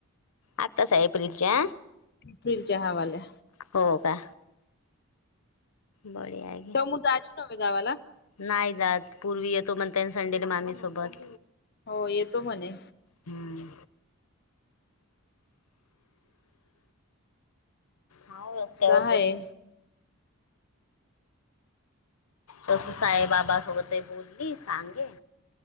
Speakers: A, on the left; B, on the left.
A: आता हाय एप्रिलच्या.
B: एप्रिलच्या ह्यावाल्या
A: हो का भारी हाय.
B: <unintelligible> नव्हे गावाला,
A: नाही जात पूर्वी येतो म्हणते ना संडेला मामी सोबत,
B: हो येतो म्हणे.
A: हम्म हा रस्त्यावर
B: असा हाय
A: बस तस साईबाबासोबत बोलली सांगे